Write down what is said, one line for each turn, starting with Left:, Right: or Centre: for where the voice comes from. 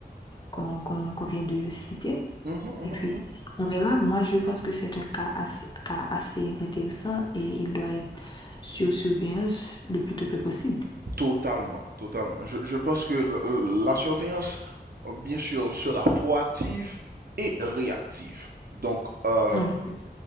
Left: qu'on qu'on, qu'on vient de citer.
Right: Mhm, mhm,
Left: Et puis,
Right: mhm.
Left: on verra. Moi, je pense que c'est un cas assez, cas assez intéressant et il doit être sur surveillance le plus tôt que possible.
Right: Totalement, totalement. Je, je pense que l- euh, la surveillance, euh, bien sûr, sera proactive et réactive. Donc, euh,
Left: En effet.